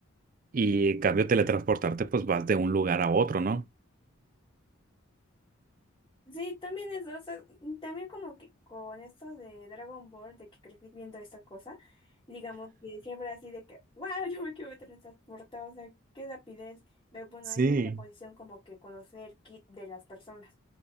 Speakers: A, on the right; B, on the left.
A: y en cambio teletransportarte, pues vas de un lugar a otro, ¿no?
B: Sí, también eso, o sea, y también como que con eso de Dragon Ball, de que crecí viendo esa cosa, digamos que siempre así de que, wow, <laughs> yo me quiero teletransportar, o sea, qué rapidez. Pero bueno,
A: Sí.
B: ahí en la posición como que conocer kit de las personas.